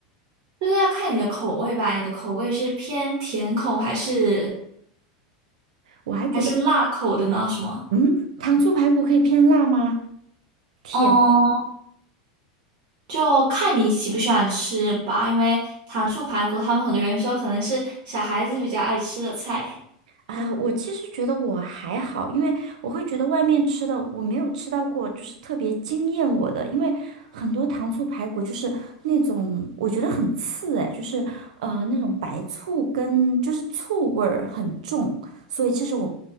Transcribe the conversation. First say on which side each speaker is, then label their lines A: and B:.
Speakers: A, on the right; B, on the right.
A: 就是要看你的口味吧，你的口味是偏甜口还是
B: 我还觉得，
A: 还是辣口的呢？什么？
B: 嗯，糖醋排骨可以偏辣吗？甜。
A: 嗯，就看你喜不喜欢吃吧，因为糖醋排骨，他们很多人说可能是小孩子比较爱吃的菜。
B: 啊，我其实觉得我还好，因为我会觉得外面吃的我没有吃到过，就是特别惊艳我的，因为很多糖醋排骨就是那种我觉得很刺哎，就是呃那种白醋跟就是醋味儿很重，所以其实我